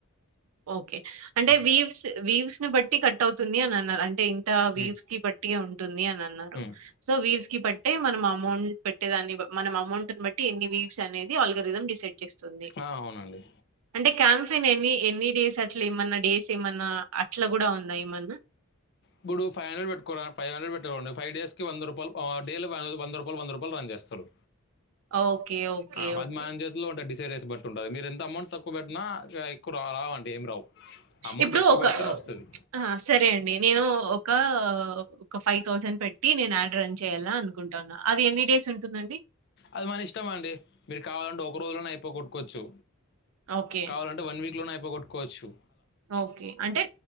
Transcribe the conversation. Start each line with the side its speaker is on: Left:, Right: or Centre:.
Right: ఓకే అంటే
Left: ఆ.
Right: వీవ్స్ వీవ్స్ ని బట్టి కట్ అవుతుంది అని అన్నారు అంటే. ట్ వీవ్స్
Left: ఉమ్.
Right: కి బట్టియే ఉంటుంది అని అన్నారు
Left: ఉమ్.
Right: సో వీవ్స్ కి పట్టే మనం అమౌం పెట్టేదాన్ని మనం అమౌంట్ బట్టి ఇన్ని వీవ్స్ అనేది అల్గరిదం డిసైడ్ స్తుంది
Left: ఆ, అవునండి
Right: అంటే కంఫన్ ఏమి ఎన్ని డేస్ అట్లా ఏమన్నా డేస్ ఏమన్నా అట్లా కూడా ఉందా ఏమన్నా.
Left: ఇప్పుడు ఫైవ్ హండ్రడ్ పెట్కోర ఫైవ్ హండ్రెడ్ పెట్. ఆహ్ అంటే ఫైవ్ డేస్ కి వంద రూపాయలు ఆహ్ డేల వంద రూపాయలు వంద రూపాయలు రన్ చేస్తారు.
Right: ఓకే. ఓకే.
Left: అ అద్
Right: ఓకే.
Left: మాన్ జేతు లో ఉంటది డిసైడ్ జేస్ ఫస్ట్ ఉంటది మీరేన్ త అమౌంట్ తక్కువ పెట్టినా ఎక్కువ రా రావండి ఏం రావు అమౌంట్
Right: ఇప్ డు
Left: ఎక్కువ
Right: ఒక
Left: పెడితేనే వస్తుంది
Right: అ సరే అండి నేను ఓ ఒక ఒ క ఫై థౌసండ్ పెట్టి నేను అడ్ రన్ చ్ జేయాలా అనుకుంటాన్నా అది ఎన్ని డేస్ ఉంటుందండి
Left: అద్ మన ఇష్టమండి మీరు కావాలంటే ఒక రోజులోనే అయిపోగోట్ కోచ్చు
Right: ఓకే.
Left: కావాలంటే వన్ వీక్లోనే అయిపోగొట్టుకోచ్చు
Right: ఓకే అంటే